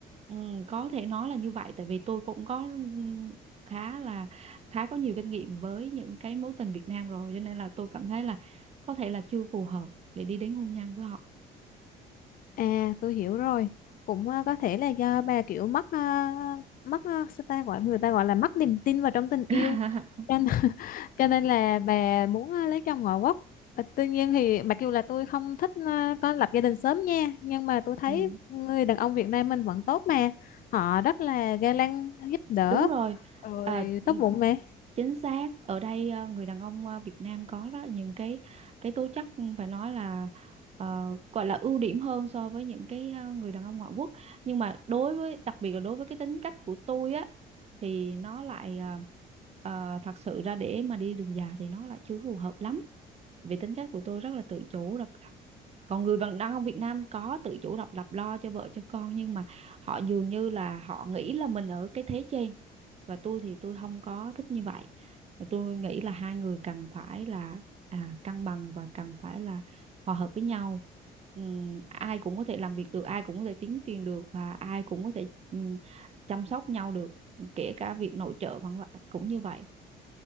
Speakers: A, on the right (about 40°); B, on the left (about 55°).
A: Ừ, có thể nói là như vậy tại vì tôi cũng có ừm, khá là khá có nhiều kinh nghiệm với những cái mối tình Việt Nam rồi cho nên là tôi cảm thấy là có thể là chưa phù hợp để đi đến hôn nhân với họ
B: à tôi hiểu rồi cũng ờ, có thể là do bà kiểu mất ờ, mất ờ, sao ta gọi người ta gọi là mất niềm tin vào trong tình
A: <laughs>
B: yêu cho nên, <laughs> cho nên là bà muốn ờ, lấy chồng ngoại quốc Ờ, tuy nhiên thì mặc dù là tôi không thích ờ, có lập gia đình sớm nha nhưng mà tôi thấy
A: ừ,
B: người đàn ông Việt Nam mình vẫn tốt mà họ rất là ga lăng giúp đỡ
A: đúng rồi
B: rồi
A: à, ừ,
B: tốt bụng mà
A: chính xác ở đây ờ, người đàn ông ờ, Việt Nam có đó, những cái cái tố chất ừ, phải nói là ờ, gọi là ưu điểm hơn so với những cái ờ, người đàn ông ngoại quốc nhưng mà đối với đặc biệt là đối với cái tính cách của tôi á thì nó lại ờ, ờ, thật sự ra để mà đi đường dài thì nó lại chưa phù hợp lắm vì tính cách của tôi rất là tự chủ độc lập còn người bạn đàn ông Việt Nam có tự chủ độc lập lo cho vợ cho con nhưng mà họ dường như là họ nghĩ là mình ở cái thế trên và tôi thì tôi không có thích như vậy và tôi nghĩ là hai người cần phải là à, cân bằng và cần phải là hòa hợp với nhau Ừm, ai cũng có thể làm việc được ai cũng có thể kiếm tiền được và ai cũng có thể ừm, chăm sóc nhau được kể cả việc nội trợ vân vân cũng như vậy